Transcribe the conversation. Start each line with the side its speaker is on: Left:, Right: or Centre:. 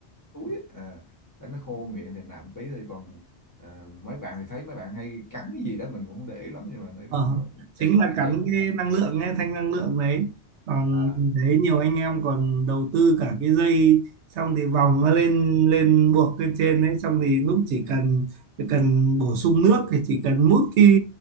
Left: túi á. à, thấy nó khô miệng thì nạp một tí thôi còn ờ, mấy bạn thì thấy mấy bạn hay cắn cái gì đó mình cũng không để ý lắm nhưng mà thấy
Right: Ờ,
Left: mà-
Right: chính
Left: chạy mà
Right: là
Left: kiểu
Right: cắn
Left: chạy
Right: cái năng lượng ấy, thanh năng lượng đấy còn
Left: à
Right: mình thấy nhiều anh em còn đầu tư cả cái dây xong thì vòng nó lên lên buộc lên trên đấy xong thì lúc chỉ cần chỉ cần bổ sung nước thì chỉ cần mút cái